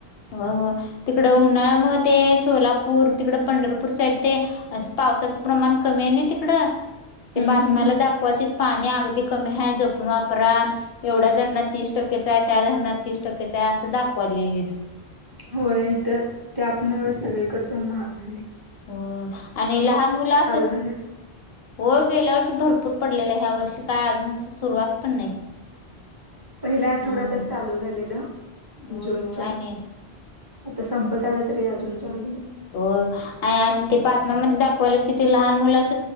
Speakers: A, on the left; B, on the right.
A: होय होय तिकड उन्हाळ्या मूळ ते सोलापूर तिकड पंढरपूर साईड ते अस पावसाच प्रमाण कमी आहे नाय तिकडं ते
B: हम्म
A: बातम्या
B: हम्म हम्म.
A: ला दाखवालतीत पाणी अगदी कमी आहे. जपून वापरा एवढ्या धरणात तीस टक्केच आहे, त्या धरणात तीस टक्केचा आहे, असं दाखवालीत,
B: होय तर त्यामूळचं सगळीकडच महाग झालंय.
A: होय आणि लहान मुलं असत्यात.
B: झाले
A: होय गेल्यावर्षी भरपूर पडलेला ह्या वर्षी काय अजूनच सुरुवात पण नाही.
B: पहिल्या आठवड्यातच
A: हम
B: चालू झालेलं
A: होय
B: जून
A: हो
B: च्या.
A: आणि
B: आता संपत आला तरी अजून चालू नाही.
A: होय आणि आणि ते बातम्या मध्ये दाखवल्यात की ते लहान मुल अस